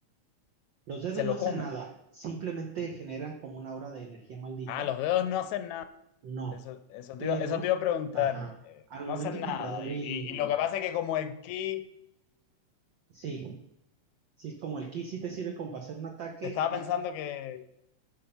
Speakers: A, on the right; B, on the left.
A: los dedos
B: se lo
A: no hacen
B: come.
A: nada, simplemente generan como una aura de energía maldita.
B: Ah, los dedos no hacen nada.
A: No,
B: Eso, eso
A: pero,
B: te iba, eso te iba a preguntar.
A: ajá,
B: eh,
A: al momento
B: no hacen
A: que
B: nada.
A: Itadori,
B: Y, y- y lo que pasa es que como el key,
A: sí, sí, es como el ki sí te sirve como para hacer un ataque,
B: estaba
A: acá,
B: pensando que,